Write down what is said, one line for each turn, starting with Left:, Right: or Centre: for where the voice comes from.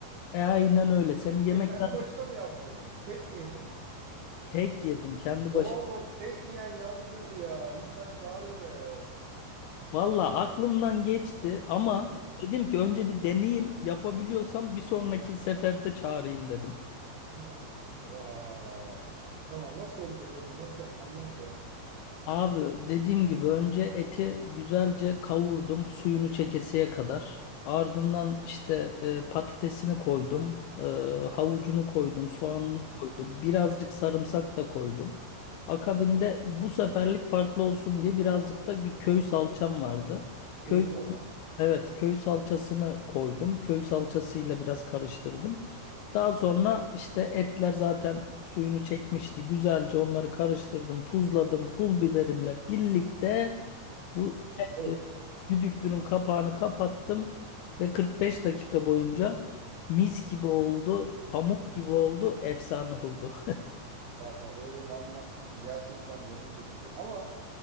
Left: E aynen öyle. Senin yemekten
Right: Ve kendi başına mı yaptın? Tek mi yedin?
Left: tek yedim. Kendi
Right: Oğlum
Left: başıma.
Right: tek yiyen yalnız ölür ya. İnsan çağırır be.
Left: Valla aklımdan geçti ama
Right: Aha.
Left: dedim ki önce bir deneyeyim yapabiliyorsam bir sonraki seferde çağırayım dedim.
Right: Aha. Vav. E, tamam nasıl oldu peki o zaman? Nasıl yaptın? Anlat ya.
Left: Abi dediğim gibi önce eti güzelce kavurdum suyunu çekesiye kadar. Ardından işte e, patatesini koydum, e, havucunu koydum, soğanını
Right: Hı hı.
Left: koydum, birazcık sarımsak da koydum. Akabinde bu seferlik farklı olsun diye birazcık da bir köy salçam vardı. Köy,
Right: Köy salça.
Left: evet köy salçasını koydum. Köy salçasıyla biraz karıştırdım. Daha sonra işte etler zaten suyunu çekmişti. Güzelce onları karıştırdım, tuzladım, pul biberimle birlikte bu
Right: Hı hı. Of.
Left: e, e, düdüklünün kapağını kapattım ve 45 dakika boyunca mis gibi oldu, pamuk gibi oldu, efsane oldu.
Right: Valla öyle bir anlattın ki gerçekten canım çekti ya. Ama